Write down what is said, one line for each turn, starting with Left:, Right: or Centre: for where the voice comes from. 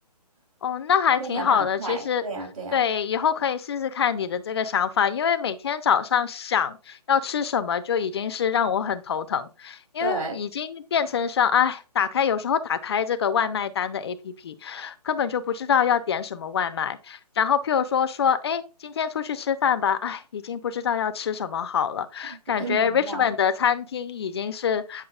Left: 哦，那还挺好的。
Right: 就还蛮快。
Left: 其实，
Right: 对呀，对呀，
Left: 对，以后可以试试看你的这个想法，因为每天早上想要吃什么就已经是让我很头疼，因为已经变成像，
Right: 对，
Left: 哎，打开有时候打开这个外卖单的 APP，根本就不知道要点什么外卖。然后譬如说说，哎，今天出去吃饭吧，哎，已经不知道要吃什么好了，
Right: 我跟你一样。
Left: 感觉 Richmond 的餐厅已经是。